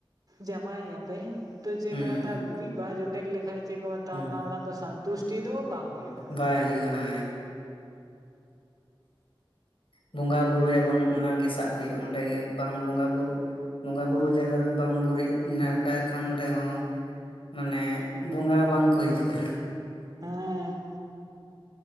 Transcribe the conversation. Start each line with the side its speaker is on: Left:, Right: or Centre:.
Right: ᱡᱟᱢᱟᱭᱟᱯᱮ ᱛᱚ ᱪᱮᱫ
Left: ᱦᱩᱸ
Right: ᱠᱚ ᱢᱮᱛᱟᱜᱼᱟ ᱜᱩᱨᱤᱡ ᱵᱟᱭ ᱡᱚᱴᱠ ᱞᱮᱠᱷᱟᱡ ᱪᱮᱫ ᱠᱚ ᱢᱮᱛᱟᱜᱼᱟ
Left: ᱦᱩᱸ
Right: ᱚᱱᱟ ᱚᱲᱟᱜ ᱫᱚ ᱥᱟᱱ ᱛᱩᱥᱴᱤ ᱫᱚ ᱵᱟᱝ ᱦᱩᱭᱩᱜᱼᱟ
Left: ᱵᱟᱭ ᱦᱩᱭᱩᱜᱼᱟ ᱦᱮ ᱵᱚᱸᱜᱟ ᱵᱩᱨᱩᱭᱟᱵᱚᱱ ᱚᱱᱟᱜᱮ ᱥᱟᱵ ᱦᱩᱭᱩᱜᱼᱟ ᱚᱸᱰᱮ ᱜᱮ ᱵᱟᱝ ᱵᱚᱸᱜᱟ ᱵᱩᱨᱩ ᱵᱚᱸᱜᱟ ᱵᱩᱨᱩ ᱡᱟᱭᱜᱟ ᱨᱮ ᱵᱟᱢ ᱜᱩᱨᱤᱡ ᱱᱟᱲᱠᱟᱟᱭ ᱠᱷᱟᱱ ᱚᱸᱰᱮ ᱦᱚᱸ ᱢᱟᱱᱮ ᱵᱚᱸᱜᱟ ᱵᱟᱝ ᱠᱚ ᱦᱤᱡᱩᱜᱼᱟ
Right: ᱦᱮᱸ